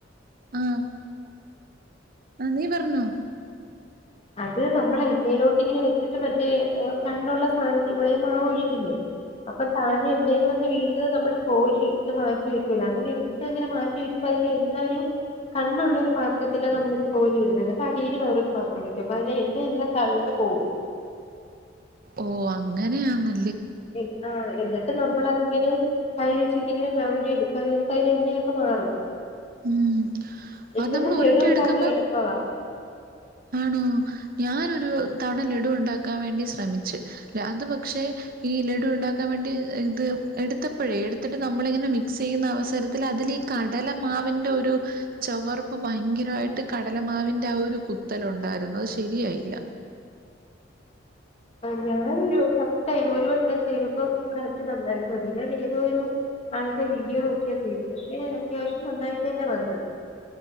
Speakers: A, on the right; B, on the left.
A: ആഹ് ആഹ് നീ പറഞ്ഞോ
B: അത് നമ്മൾ എണ്ണേലോട്ട് ഇങ്ങനെ വെച്ചിട്ട് മറ്റേ ഏഹ് കണ്ണുള്ള സാധനത്തി കൂടെയാ മാവ് ഒഴിക്കുന്നത് അപ്പൊ താഴെ എന്തേലും വന്ന് വീ അത് നമ്മള് കോരി എടുത്ത് മാറ്റി വെക്കൂലെ അങ്ങനെ എടുത്ത് അങ്ങനെ മാറ്റി വെക്കുമ്പോ അതിന്റെ എണ്ണ ഒരു കണ്ണുള്ളൊരു പാത്രത്തിലാ നമ്മളിത് കോരി ഇടുന്നത് അപ്പോ അടിയില് വേറൊരു പാത്ര <unintelligible> അതിലെ എണ്ണ എല്ലാം താഴോട്ട് പോവും
A: ഓഹ് അങ്ങനെയാന്
B: <unintelligible> ആഹ് എന്നി നമ്മളതിങ്ങനെ കൈ വെച്ചിട്ടിങ്ങനെ ഞവടി എടുക്കാൻ നേരത്ത് അതിലെ എണ്ണയൊക്കെ മാറും
A: ഉം
B: എനിക്ക്
A: അ നമ്മള്
B: തോന്നുന്നു
A: ഉരുട്ടി
B: ലഡു ഉണ്ടാക്കാൻ
A: എടുക്കുമ്പോ
B: എളുപ്പവാ
A: ആണോ ഞാനൊരു തവണ ലഡു ഉണ്ടാക്കാൻ വേണ്ടി ശ്രമിച്ച് അത് പക്ഷേ ഈ ലഡു ഉണ്ടാക്കാൻ വേണ്ടി ഇത് എടുത്തപ്പോഴേ എടുത്തിട്ട് നമ്മളിങ്ങനെ മിക്സ് ചെയ്യുന്ന അവസരത്തിൽ അതിൽ ഈ കടല മാവിൻ്റെ ഒരു ചവർപ്പ് ഭയങ്കരമായിട്ട് കടലമാവിന്റെ ആ ഒരു കുത്തലുണ്ടായിരുന്ന്നു അത് ശരിയായില്ല
B: ഞാനൊരു ഫസ്റ്റ് ടൈം ഒരു വട്ടം ചെയ്തപ്പോം കറക്റ്റ് നന്നായിട്ട് വന്നു ഞാൻ ഏതോ ഒരു ആളുടെ വീഡിയോ നോക്കിയ ചെയ്തത് പക്ഷെ അത്യാവശ്യം നന്നായിട്ട് തന്നെ വന്നത്